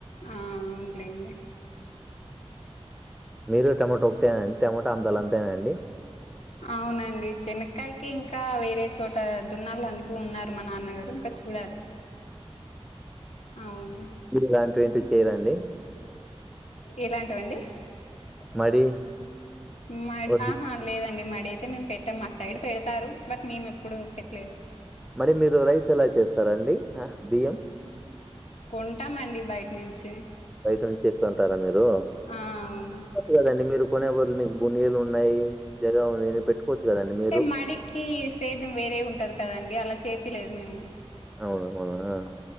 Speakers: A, on the left; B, in the centre.
A: ఆ అవున్లేండి
B: మీరు టమోటా ఒకేనాండి టమోటా అందాలు అంతేనా అండి
A: అవునండి శనక్కాయకి ఇంకా వేరే చోట దున్నాల అంటూ ఉన్నారు మా నాన్నగారు ఇంకా చూడాలి అవును
B: ఇలాంటి ఏంటివి చెయ్ రా అండి
A: ఎలాంటి వండి
B: మడి
A: మాడి
B: వడ్లు
A: ఆహా లేదండి మడైతే మేము పెట్టం మా సైడ్ పెడతారు బట్ మేమెప్పుడు పెట్లేదు
B: మరి మీరు రైస్ ఎలా చేస్తారండి బియ్యం
A: కొంటామండి బయట నుంచి
B: బయట నుంచి ఎక్కుంటారా మీరు
A: ఆ అవును
B: లేదండి మీరు కొనే బొదులు మీకు బునీలు ఉన్నాయి జగా ఉందిని పెట్టు పోచ్చు గదండి మీ
A: మడికి సేద్యం వేరే ఉంటది కదండి అలా చేపిలేదు మేము
B: అవును